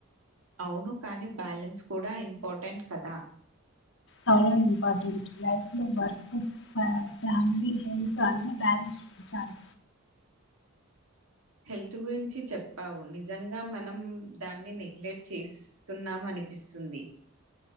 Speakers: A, on the right (about 80°); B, on the left (about 60°).
A: అవును కానీ బ్యాలెన్స్ కూడా ఇంపార్టెంట్ కదా
B: అ అవును ఇంపార్టెంట్ లైఫ్ లో వర్క్ <unintelligible> హెల్త్ అన్ని బ్యాలెన్స్ చెయ్ చల్
A: హెల్త్ గురించి చెప్పావు నిజంగా మనం దాన్ని నెగ్లెక్ట్ చేస్తున్నామ అనిపిస్తుంది